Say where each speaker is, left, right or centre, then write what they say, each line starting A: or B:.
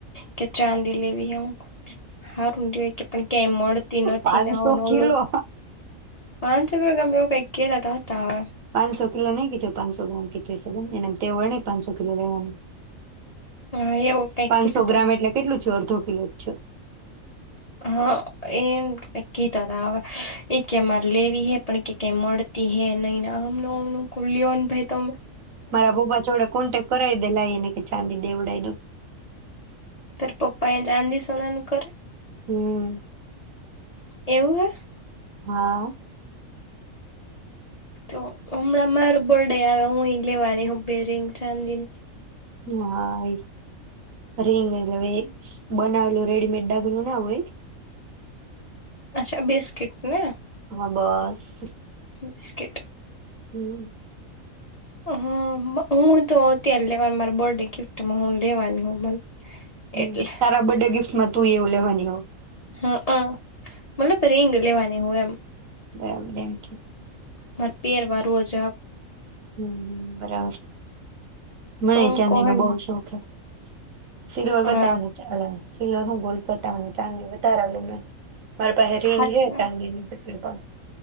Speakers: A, on the left (about 35°); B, on the right (about 75°).
A: કે ચાંદી લેવીઈ હ હાર ઊડી કે પણ ક્યાય મળતી નથી
B: પાંચસો
A: ને આવું ન હોલુ
B: કિલો
A: પાંચસો કિલો કે આમ એવું કઈક કેતા ત હતા હવે
B: પાંસો કિલો નઈ કીધો પાચસો ગ્રામ કીધો છે એવર ન પાંસો કિલો લેવાની
A: હા એવું કઈક
B: પાંચસો
A: કીધું
B: ગ્રામ
A: તું
B: એટલે કેટલું છેડ અડધો કિલો જ છો
A: હા એમ કીતા ત હ એ કેમારે લેવી હે પણ કે ક મળતી હે નહીને આમ લિન ભાઈ તો
B: મારા બોબા છોડે કોન્ટેક્ટ કરાવી દે લ એને કે ચાંદી દેવડાઈ તો
A: તારા પપ્પા એ ચાંદી સોનાનુ કરે
B: હમ્મ.
A: એવું હે
B: હા.
A: તો હમણાં મારો બર્ડે આવે, હું લેવાની હબે રિંગ ચાંદિની
B: હા, રિંગજ હવે બનાવેલું રેડીમેડ દાગનું ના હોય
A: અચ્છા બિસ્કીટ ને
B: હા, બસ.
A: બિસ્કિટ
B: હમ્મ.
A: હા, હું તો ત્યારે લેવાની, મારા બર્ડે ગિફ્ટમાં હું લેવાની હું મને
B: હમ્મ,
A: એટલે
B: તારા બડે ગિફ્ટ મા તું એવું લેવાની, હા.
A: હા, મતલબ રીંગ લેવાની હું એમ
B: બરાબર એમકે
A: મારે પેરવા રોજ
B: હમ્મ, બરાબર. મને
A: તો હું
B: ચાંદી
A: કોન
B: નો બહુ શોખ હે. <unintelligible>
A: હા
B: મને ચાલે સિલ્વર હ ગોલ્ડ કરતા મને ચાંદી વધારે ગમે. મારે પહે રિંગ
A: હાચવા
B: હે ચાંદીનું બ પણ